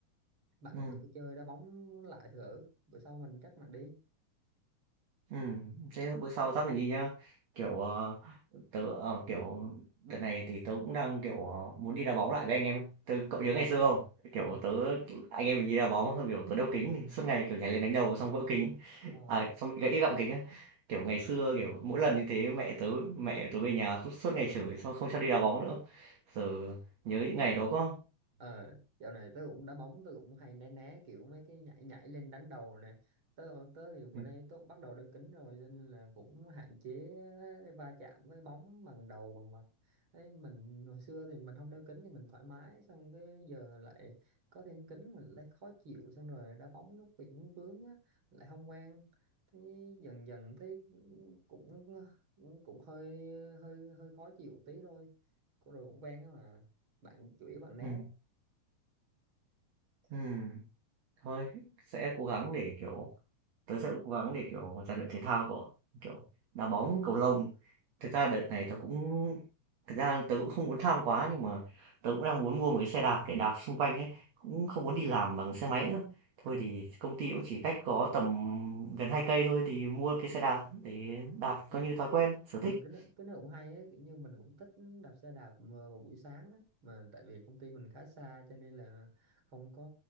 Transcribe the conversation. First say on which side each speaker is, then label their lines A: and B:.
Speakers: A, on the right; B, on the right.
A: bạn
B: ừ,
A: thử chơi đá bóng lại thử bữa sau mình dắt bạn đi
B: ừ. Thế bữa sau dắt mình đi nhá. Kiểu ờ, tớ ờ, kiểu đợt này thì tớ cũng đang kiểu ờ, muốn đi đá bóng lại với anh em. Tớ cậu nhớ ngày xưa không? Kiểu
A: Ừ.
B: tớ anh em mình đi đá bóng xong kiểu tớ đeo kính suốt ngày kiểu nhảy lên đánh đầu xong vỡ kính.
A: Ờ,
B: À xong gãy gọng kính á. Kiểu ngày xưa kiểu mỗi lần như thế mẹ tớ mẹ tớ về nhà suốt suốt ngày chửi xong không cho đi đá bóng nữa. Giờ nhớ những ngày đó quá.
A: ờ dạo này tớ cũng đá bóng tớ cũng hay né né kiểu mấy cái nhảy nhảy lên đánh đầu nè tớ tớ thì bữa
B: Ừ.
A: nay tớ cũng bắt đầu đeo kính rồi cho nên là cũng hạn chế va chạm với bóng bằng đầu bằng mặt ấy mình hồi xưa thì mình không đeo kính thì mình thoải mái xong cái giờ lại có thêm kính mình lại khó chịu xong rồi đá bóng nó bị vướng á lại không quen thế dần dần thấy cũng cũng cũng hơi hơi hơi khó chịu tí thôi Cô rồi cũng quen á mà bạn chửi bạn né
B: Ừ, ừm, thôi sẽ cố gắng để, kiểu tớ sẽ cố gắng để, kiểu, rèn luyện thể thao của kiểu, đá bóng, cầu lông. Thực ra đợt này tớ cũng thực ra tớ cũng không muốn tham quá nhưng mà tớ cũng đang muốn mua một cái xe đạp để đạp xung quanh ấy, cũng không muốn đi làm bằng xe máy nữa. Thôi
A: <laughs>
B: thì công ty cũng chỉ cách có tầm gần 2 cây thôi thì mua cái xe đạp để đạp
A: Vâng.
B: coi như thói quen, sở
A: Ừ,
B: thích.
A: cái nó cái nó cũng hay ấy, kiểu như mình cũng thích đạp xe đạp mà vào buổi sáng á mà tại vì công ty mình khá xa cho nên là không có